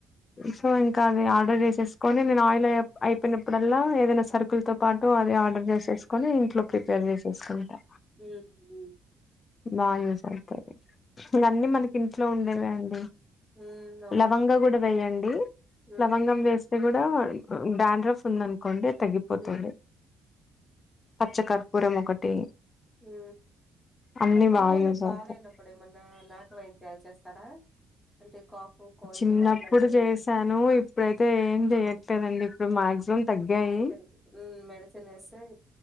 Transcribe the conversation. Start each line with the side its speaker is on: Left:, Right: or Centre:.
Left: సో ఇంకా అది ఆర్డర్ చేసేసుకొని నేను ఆయిల్ ఆయప్ అయిపోయినప్పుడల్లా ఏదైనా సరు కులతో పాటు అది ఆర్డర్ చేసేసుకుని ఇంట్లో ప్రిపేర్ చేసేసుకుంటా
Centre: ఊ.. ఊ
Left: బాగా యూస్ అవుతాయి అన్నీ మనకి
Centre: ఉమ్
Left: ఇంట్లో ఉండేవే అండి
Centre: ఉమ్ అవును
Left: లవంగ కూడా వేయండి
Centre: ఉమ్
Left: లవంగం వేస్త అది కూడా డాండ్రఫ్ ఉంద అనుకోండి త్ పోతుంది
Centre: ఉమ్
Left: పచ్చ కర్పూరం ఒకటి
Centre: ఊ
Left: అన్ని బాగా
Centre: పిల్లలకు
Left: యూజ్
Centre: బాలేనప్పుడు
Left: అవుతాయి
Centre: ఏమన్నా నాటు వైద్యాలు చేస్తారా అంటే కాఫ్ కోల్డ్
Left: చిన్నప్పుడు
Centre: అట్లాంటి ఏమన్నా
Left: జేసాను ఇప్పుడైతే ఏం చెయట్లేదండి ఇప్పుడు మాక్సిమం తగ్గాయి
Centre: పెరుగు మడ ఛన్ వేస్తే